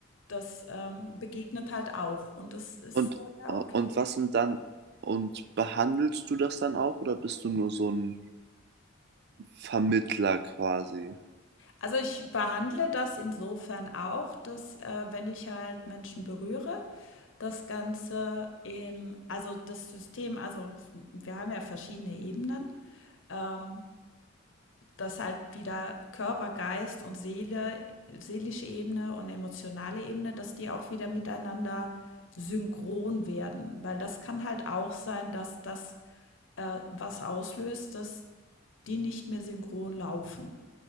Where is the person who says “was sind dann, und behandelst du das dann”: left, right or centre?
Right